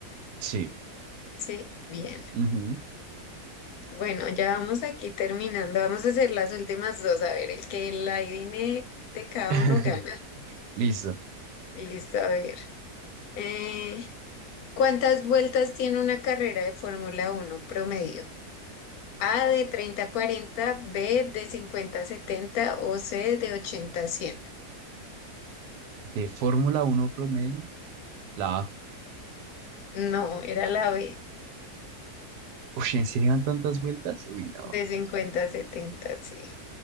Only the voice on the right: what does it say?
Sí.
ujú.
<laughs>
Listo.
De Fórmula uno promedio, la <laughs> A.
Uy, ¿en serio dan tantas vueltas? Uy, no.